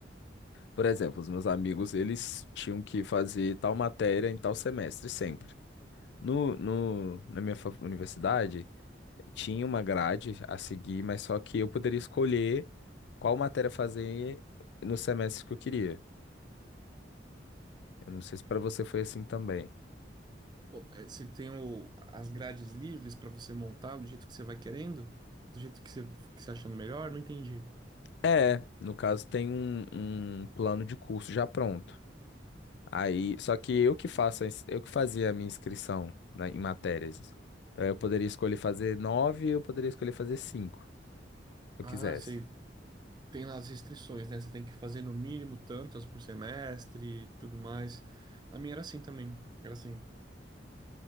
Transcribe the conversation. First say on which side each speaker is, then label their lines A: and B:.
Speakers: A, on the left (about 65°); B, on the right (about 25°).
A: Por exemplo, os meus amigos, eles tinham que fazer tal matéria em tal semestre sempre. No, no, na minha fa- universidade, tinha uma grade a seguir, mas só que eu poderia escolher qual matéria fazer no semestre que eu queria. Eu não sei se para você foi assim também.
B: Como- eh, Você tem o- as grades livres pra você montar do jeito que você vai querendo? Do jeito que você, que você achando melhor? Não entendi.
A: É, no caso tem um, um plano de curso já pronto. Aí, só que eu que faço, a ins- eu que fazia a minha inscrição na- em matérias. Então eu poderia escolher fazer nove, eu poderia escolher fazer cinco, se
B: Ah,
A: eu quisesse.
B: você tem lá as restrições, né? Você tem que fazer no mínimo tantas por semestre e tudo mais. A minha era assim também. Era assim.